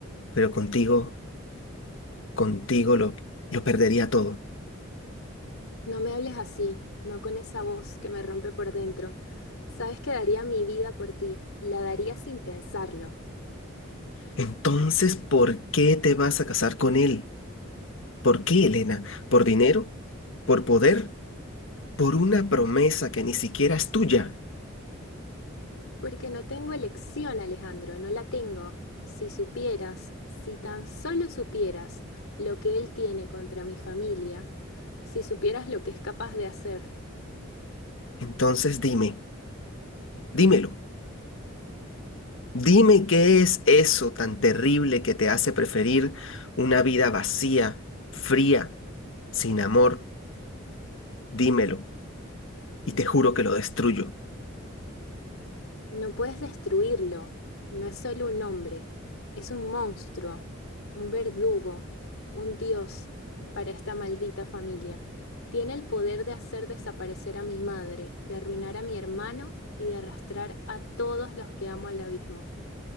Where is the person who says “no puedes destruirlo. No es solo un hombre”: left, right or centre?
Left